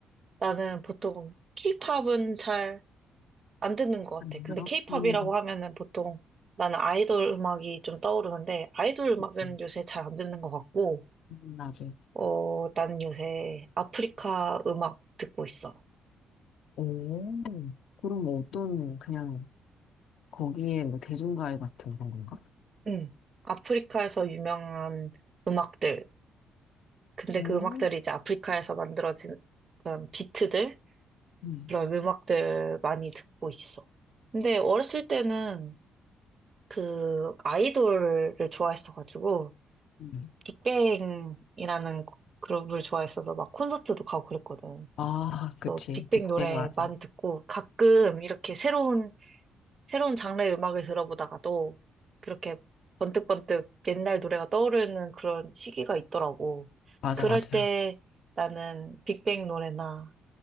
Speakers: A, on the right; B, on the left.
A: 나는 보통 케이팝은 잘 안 듣는 것
B: 안
A: 같아. 근데
B: 들어?
A: 케이팝이라고
B: 음,
A: 하면은 보통 나는 아이돌 음악이 좀 떠오르는데 아이돌 음악은
B: 그치.
A: 요새 잘 안 듣는 것 같고
B: 음, 나도.
A: 어, 나는 요새 아프리카 음악 듣고 있어.
B: 오, 그럼 뭐 어떤, 그냥, 거기에 뭐, 대중가요 같은 그런 건가?
A: 응. 아프리카에서 유명한 음악들. 근데
B: 오,
A: 그 음악들이 이제 아프리카에서 만들어진 그런 비트들?
B: 음,
A: 그런 음악들 많이 듣고 있어. 근데 어렸을 때는 그 아이돌을 좋아했어가지고,
B: 음.
A: 빅뱅이라는 그룹을 좋아했어서 막 콘서트도 가고 그랬거든.
B: 아, 그치.
A: 그래서 빅뱅
B: 빅뱅
A: 노래
B: 맞아.
A: 많이 듣고 가끔 이렇게 새로운 새로운 장르의 음악을 들어보다가도 그렇게 번뜩번뜩 옛날 노래가 떠오르는 그런 시기가 있더라고.
B: 맞아,
A: 그럴
B: 맞아.
A: 때 나는 빅뱅 노래나